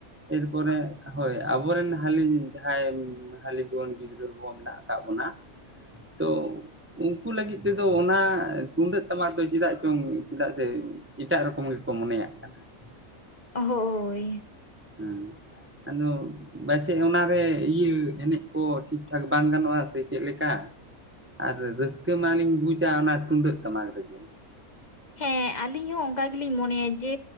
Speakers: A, on the right; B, on the left.
A: ᱮᱨᱯᱚᱨᱮ ᱦᱳᱭ ᱟᱵᱚ ᱟᱵᱚᱨᱮᱱ ᱦᱟᱹᱞᱤ ᱡᱟᱦᱟᱸᱭ ᱦᱟᱹᱞᱤ ᱡᱩᱣᱟᱹᱱ ᱜᱤᱫᱽᱨᱟᱹ ᱠᱚ ᱢᱮᱱᱟᱜ ᱟᱠᱟᱫ ᱵᱚᱱᱟ ᱛᱚ ᱩᱱᱠᱩ ᱞᱟᱹᱜᱤᱫ ᱛᱮ ᱫᱚ ᱚᱱᱟ ᱛᱩᱢᱫᱟᱹᱜ ᱴᱟᱢᱟᱠ ᱫᱚ ᱪᱮᱫᱟᱜ ᱪᱚᱝ ᱪᱮᱫᱟᱜ ᱥᱮ ᱮᱴᱟᱜ ᱨᱚᱠᱚᱢ ᱜᱮᱠᱚ ᱢᱚᱱᱮ ᱭᱟᱜ ᱠᱟᱱᱟ ᱾ <inaudible>
B: ᱦᱳᱭ
A: ᱦᱮᱸ ᱟᱫᱚ ᱯᱟᱪᱷᱮᱫ ᱚᱱᱟᱨᱮ ᱤᱭᱟᱹ ᱮᱱᱮᱡ ᱠᱚ ᱴᱷᱤᱠ ᱴᱷᱟᱠ ᱵᱟᱝ ᱜᱟᱱᱚᱜᱼᱟ ᱥᱮ ᱪᱮᱫ ᱞᱮᱠᱟ? ᱟᱨ ᱨᱟᱹᱥᱠᱟᱹ ᱢᱟ ᱞᱤᱧ ᱵᱩᱡᱟ ᱚᱱᱟ ᱛᱩᱢᱫᱟᱹᱜ ᱴᱟᱢᱟᱠ ᱨᱮᱜᱮ
B: ᱦᱮᱸ ᱟᱞᱤᱧ ᱦᱚᱸ ᱚᱱᱠᱟ ᱜᱮ ᱞᱤᱧ ᱢᱚᱱᱮᱭᱟ ᱡᱮ